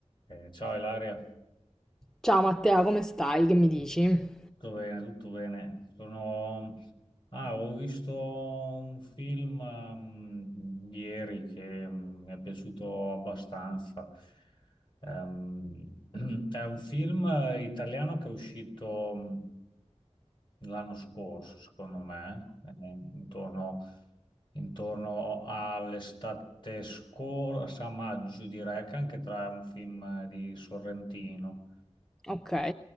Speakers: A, on the left; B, in the centre.
A: Eh, ciao Ilaria,
B: Ciao Matteo, come stai? Che mi dici?
A: tutto bene, tutto bene. Sono... Ah, ho visto un film ehm, ieri che mm, mi è piaciuto abbastanza. Ehm, <clears throat> è un film eh, italiano che è uscito mm, l'anno scorso, secondo me, eh, intorno, intorno all'estate scorsa, a maggio direi, che anche tra è un film eh, di Sorrentino.
B: Ok,